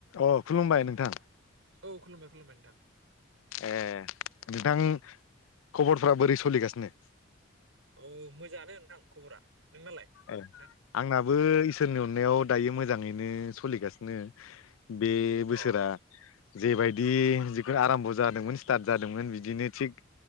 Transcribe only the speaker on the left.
अ खुलुमबाय नोंथां
ए नोंथां खबरफोरा बोरै सोलिगासिनो?
ए
आंनाबो इसोरनि अननायाव दायो मोजाङैनो सोलिगासिनो। बे बोसोरा
जेबायदि जिखुनु आराम्भ' जादोंमोन स्टार्ट जादोंमोन बिदिनो थिग